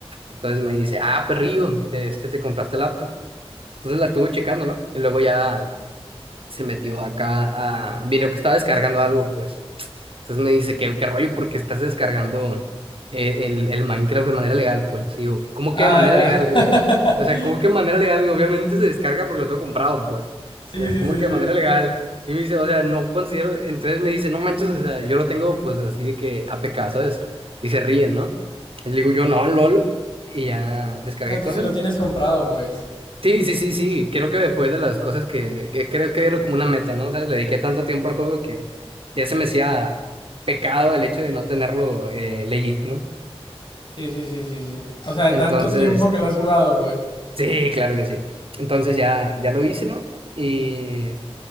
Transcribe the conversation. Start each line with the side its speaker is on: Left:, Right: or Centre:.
Right: Entonces me dice, ah, perrillo, este, te compraste laptop. Entonces la estuvo checando, ¿no? Y luego ya se metió acá a... Vino que estaba descargando algo, pues. Entonces me dice, ¿qué, qué rollo? Porque estás descargando eh, el, el Minecraft de manera legal, pues. Y yo, ¿cómo
Left: Ah,
Right: que de manera
Left: ya.
Right: legal, güey?
Left: <laughs>
Right: O sea, ¿cómo que de manera legal, güey? Obviamente se descarga porque lo tengo comprado, pues.
Left: Sí,
Right: Entonces,
Left: sí,
Right: ¿cómo
Left: sí,
Right: que
Left: sí.
Right: de manera legal? Y me dice, o sea, no considero. Entonces me dice, no manches, o sea, yo lo tengo, pues, así de que APK, ¿sabes? Y se ríen, ¿no? Y le digo, yo no, lol. Y ya descargué
Left: O sea, tú
Right: cosas.
Left: sí lo tienes comprado, pues.
Right: Sí, sí, sí, sí, creo que fue de las cosas que, que creo que era como una meta, ¿no? sabes le dediqué tanto tiempo al juego que ya se me hacía pecado el hecho de no tenerlo eh, legit, ¿no?
Left: Sí, sí, sí, sí, sí. O sea, de
Right: Entonces,
Left: tanto tiempo que lo has jugado, pues.
Right: sí, claro que sí. Entonces ya, ya lo hice, ¿no? Y,